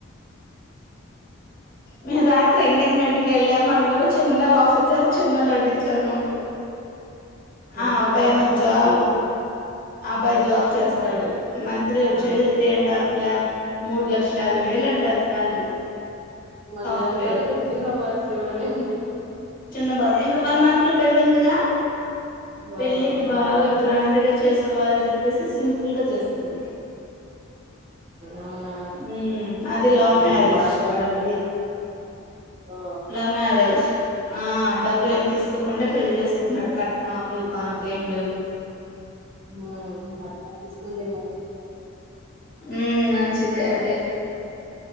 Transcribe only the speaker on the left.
మే రాత్రి ఎంగేం బడి క్కెళ్ళాం అక్కడ కూడ చిన్న బాక్స్ ఇచ్చారు చిన్న లడ్డు ఇచ్చారు మాకు
ఆ అబ్బాయి
యేమో జాబ్
ఆ అబ్బాయి జాబ్ చేస్తాడు మంత్లీ వచ్చేది
త్రీ అండ్ హాఫ్ ల్యాక్ మూడు లక్షల యాభై వేలు అంటా శాలరీ
సాఫ్ట్వేర్
చిన్న బాబు ఇంకా వన్ మంత్ లో పెళ్ళి ఉందిగా
పెళ్ళకి
బాగా గ్రాండ్ గా చేస్ కోవాలని చెప్పేసి సింపుల్ గా చేసుకున్నారు
మ్మ్ అది లవ్
మ్యారేజ్
వాళ్లది
లవ్ మ్యారేజ్, ఆ డబ్బులు ఏం తీసుకోకుండా పెళ్లి చేసుకుంటున్నాడు కట్నాలు కానుకలు ఏం లేవు
ఉ మంచిదే అదే